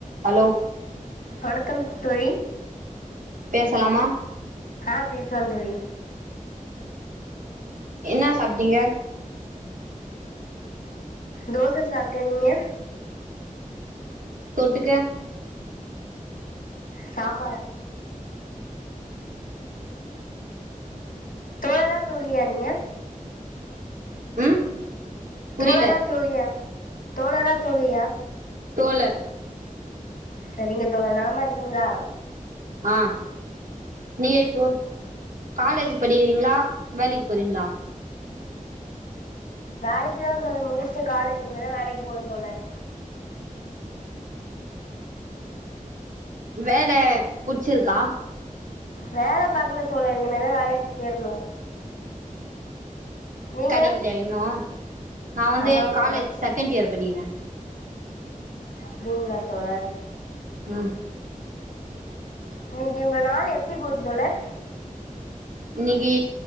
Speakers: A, on the right; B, on the left.
A: hello
B: வணக்கம் தோழி
A: பேசலாமா
B: அ பேசலாம் தோழி
A: என்ன சாப்பிட்டீங்க
B: தோசை சாப்டேன் நீங்க
A: தொட்டுக்க
B: சாம்பார் தோழா தோழியா நீங்க
A: ம் புரில
B: தோழர தோழிய தோழர தோழியா
A: தோழர்
B: சரிங்க தோழ நலமா இருக்கீங்களா
A: அ நீங்க இப்போ காலேஜ் படிக்கிறீங்களா வேலைக்கு போறீங்களா
B: வேலைக்குதான் தோழர் முடிச்சுட்டு காலேஜ் இனிமேதா வேலைக்கு போணும் தோழர்
A: வேலை புடிச்சிருக்கா
B: வேலை பாக்கல தோழர் இனிமேதா வேலைக்கு சேரணும் நீங்க
A: கடைக்கலையா இன்னும் நான் வந்து
B: ஆமாங்க
A: காலேஜ்
B: தோழர்
A: செகண்ட் இயர் படிக்கற
B: அப்படிங்களா தோழர்
A: ம்
B: இன்னைக்கு உங்க நாள் எப்படி போச்சு தோழர்
A: இன்னைக்கு